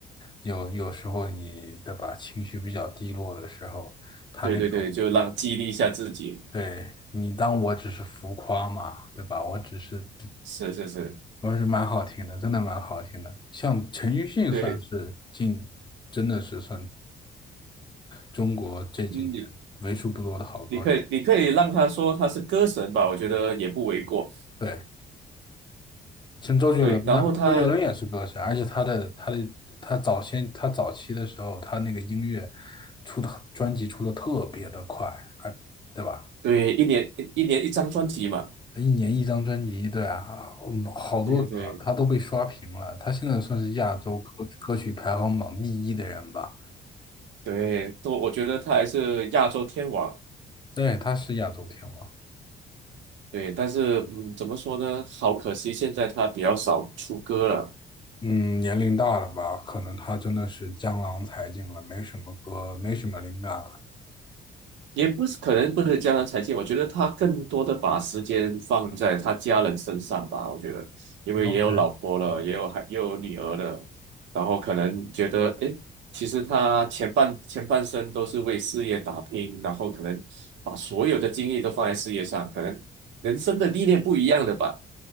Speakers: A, on the left (about 25°); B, on the right (about 80°).
A: 有有时候你对吧，情绪比较低落的时候，他那种
B: 对对对，就让激励一下自己，
A: 对你当我只是浮夸嘛，对吧？我只是，
B: 是是是。
A: 我是蛮好听的，真的蛮好听的。像陈奕迅算是近，
B: 对，
A: 真的是算中国这几年为数不多的好歌手。
B: 嗯，你你可以，你可以让他说他是歌神吧，我觉得也不为过。
A: 对。像周杰伦呐、
B: 对，然后他
A: 周杰伦也是歌手，而且他的他的他早先他早期的时候，他那个音乐出的专辑出的特别的快，而对吧？
B: 对一年一年一张专辑嘛，
A: 一年一张专辑，对啊，嗯，好多歌他都被刷屏了。
B: 对对
A: 他现在算是亚洲歌歌曲排行榜第一的人吧？
B: 对，都我觉得他还是亚洲天王。
A: 对，他是亚洲天王。
B: 对，但是嗯，怎么说呢？好可惜，现在他比较少出歌了。
A: 嗯，年龄大了吧，可能他真的是江郎才尽了，没什么歌，没什么灵感了。
B: 也不是可能不是江人才见，我觉得他更多的把时间放在他家人身上吧。我觉得，因为也有老婆了，
A: OK。
B: 也有孩，也有女儿了，然后可能觉得，诶，其实他前半前半生都是为事业打拼，然后可能把所有的精力都放在事业上，可能人生的历练不一样的吧。